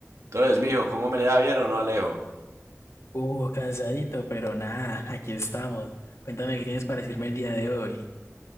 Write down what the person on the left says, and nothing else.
Uh, cansadito, pero nada, aquí estamos. Cuéntame qué tienes para decirme el día de hoy.